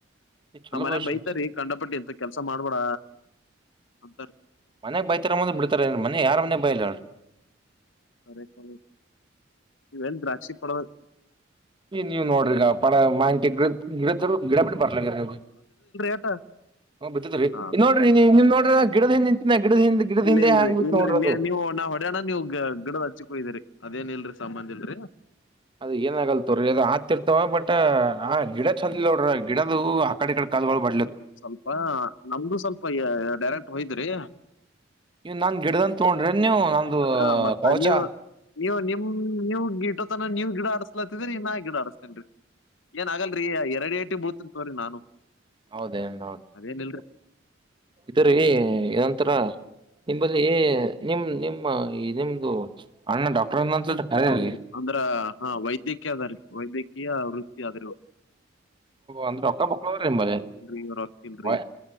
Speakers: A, on the right (about 25°); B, on the left (about 70°).
A: ಚಲೋ
B: ನಮ್ಮ ಮನೆಗಯ
A: ಭವಿಷ್ಯ
B: ಬೈತಾರೀ ಕಂಡಪಟ್ಟಿ ಇಂತ ಕೆಲ್ಸ ಮಾಡಬೆಡ್ ಅಂತಾರೀ.
A: ಮನೆಗ ಬೈತಾರ ಅಂಬಾದ ಬಿಡ್ತಾರ ಮನೆಗ ಯಾರ್ ಮನೆಗ ಬೈಯಲ್ಲೇಳ್.
B: <unintelligible> ಇವೆನಾ ದ್ರಾಕ್ಷಿ ಪಡದ
A: ಈ
B: ಹ್ಮಲ್ರಿ
A: ನೀವ್ ನೋಡ್ರಿ ಈಗ ಪಡ ಮಾನ್ಕಿ ಗಿಡ ಗಿಡತರು ಗಿಡ ಬಿಟ್ಟ ಬರ್ಲಾಗ್ಯಾರ
B: ಆಟ <unintelligible>
A: ಬಿದ್ದತ್ರಿ
B: ಹ
A: ಇಲ್ ನೋಡ್ರಿ ನೀವ್ ನಿಮ್ ನೋಡ್ರಿ ಗಿಡದ ಹಿಂದ್ ನಿಂತಿನ ಗಿಡದ ಹಿಂದ್ ಗಿಡದ
B: ಇಲ್ಲ
A: ಹಿಂದೆ
B: ಇಲ್ರಿ
A: ಹ್ಯಾಂಗ್ ಬಿತ್
B: ಇಲ್ರಿ
A: ನೋಡ್ರಿ
B: ನೀ
A: ಅದು
B: ನೀವು ನಾ <unintelligible> ಗಡಣ್ಣ ನೀವು ಗಿಡದ ಹಚ್ಚಿಕೋಯ್ದಿರಿ ಅದೇನ್ ಇಲ್ರರಿ ಸಂಬಂದ್ ಇಲ್ರಿ.
A: ಅದ ಏನ ಆಗಲ್ತಗರಿ ತೋಗರಿಅದು ಆತಿರ್ತವ ಬಟ್ ಆ ಗಿಡ ಚೆಂದ ನೋಡ್ರ ಗಿಡದ ಕಡೆ ಕಲ್ <inaudible>
B: ಸ್ವಲ್ಪ ನಮ್ದು ಸ್ವಲ್ಪ ಡೈರೆಕ್ಟ್ ಹೋಯದ್ರಿ
A: ನೀವ್ ನಾನ್ ಗಿಡದಂತ ತೊಗೊಂಡ್ರಿ ನೀವು ನಂದು
B: ಹ ಮತ್ತ
A: ಕವಚ
B: ನೀವು <unintelligible> ನೀವು ನಿಮ್ ನೀವ್ ಗಿಟತನ ನೀವ್ ಗಿಡ ಆಡಸ್ಲಾತ್ತಿದ್ರರಿ ನೀನ್ ನಾ ಗಿಡ ಆಡಸ್ತೇನ್ ರಿ. ಏನ್ ಆಗಲ್ರಿ ಎರಡ ಎ ಟಿಗಿ ಬುಳ್ತಿತನೋಡ್ರಿ ನಾನು.
A: ಹೌದೇ ಹೌ
B: ಅದೇನಿಲ್ರಿ
A: <inaudible> ಇದಂತರ ನಿಂಬಲ್ಲಿ ನಿಮ ನಿಮ್ಮ ನಿಮ್ದು <unintelligible> <inaudible> ಅಣ್ಣ ಡಾಕ್ಟರ ಆನಂತಲ್ ಕರೆ
B: ಹೌದ್ರಿ
A: ರಿ
B: ಅಂದ್ರ ಹಾ ವೈದ್ಯಕೀಯ ಅದಾರಿ ವೈದ್ಯಕೀಯ ವೃತ್ತಿ ಆದ್ರಿ
A: ಅಂದ್ರ ರೊಕ್ಕ ಮಕ್ಕಳವ್ರ ನಿಮ್ಮ <unintelligible>
B: ಲ್ರಿ ಇವ್ <unintelligible>
A: ವ